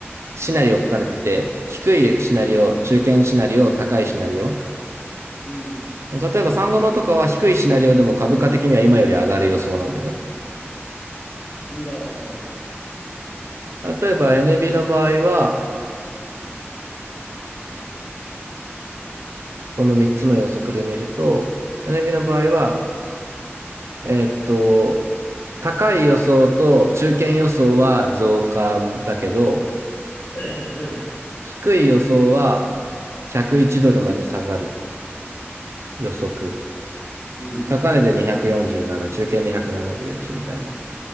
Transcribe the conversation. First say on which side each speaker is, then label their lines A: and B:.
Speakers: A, on the right; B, on the left.
A: シナリオ書かれてて、低いシナリオ、
B: うん、
A: 中堅シナリオ、高いシナリオ。
B: うん、
A: でも例えば3ゴマとかは低いシナリオでも株価的には今より上がる予想なんだよね。
B: うんああ、なるほど。はい。
A: 例えば NB の場合は、この3つの予測で見ると、NB の場合は、えーっと、高い予想と中堅予想は増加だけど、
B: <laughs> <coughs> うん、
A: 低い予想は101ドルまで下がる予測。
B: うん、
A: 高値で247、中堅で171みたいな。